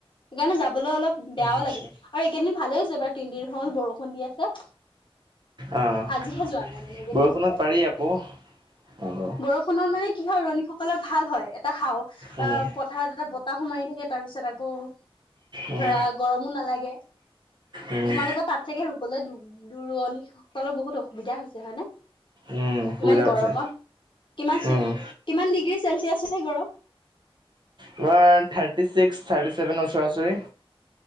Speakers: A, on the left; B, on the right.
A: সেইকাৰণে যাবলৈ অলপ বেয়াও
B: আচ্ছা
A: লাগে আৰু এইকেইদিন ভালে হৈছে এইবাৰ তিনদিন হ'ল বৰষুণ দি আছে।
B: অহ,
A: আজিহে যোৱা নাই মানে এইকেইদিন
B: বৰষুণত
A: গৈয়ে আছিলো।
B: পাৰি আকৌ অহ।
A: বৰষুণত মানে কি হয়, ৰোৱনীসকলৰ ভাল হয়। এটা হাও
B: উম
A: অহ, পথাৰত এটা বতাহো মাৰি থাকে। তাৰপিছত আকৌ ধৰা,
B: উম
A: গৰমো নালাগে।
B: উম
A: তোমালোকৰ তাত চাগে ৰুবলৈ দূৰণিসকলৰ বহুত অসুবিধা হৈছে হয়নে।
B: উম অসুবিধা
A: কিমান
B: হৈছে
A: গৰমত, কিমান চে
B: উম
A: কিমান ডিগ্ৰী? চেলচিয়াছ আছে গৰম।
B: তোমাৰ থাৰ্টি ছিক্স, থাৰ্টি চেভেন ওচৰা ওচৰি।